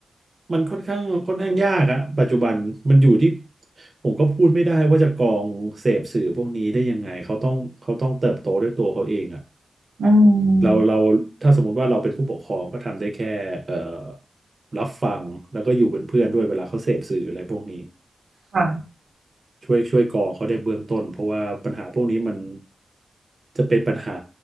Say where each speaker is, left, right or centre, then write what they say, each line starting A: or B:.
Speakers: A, on the right (about 40°); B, on the right (about 80°).
A: มันค่อนข้างค่อนข้างยากอะปัจจุบันมันอยู่ที่ผมก็พูดไม่ได้ว่าจะกรองเสพสื่อพวกนี้ได้ยังไงเขาต้องเขาต้องเติบโตด้วยตัวเขาเองอะ
B: อืม
A: เราเราถ้าสมมติว่าเราเป็นผู้ปกครองก็ทำได้แค่เอ่อรับฟังแล้วก็อยู่เป็นเพื่อนด้วยเวลาเขาเสพสื่ออะไรพวกนี้
B: ค่ะ
A: ช่วยช่วยก่อเขาได้เบื้องต้นเพราะว่าปัญหาพวกนี้มันจะเป็นปัญหา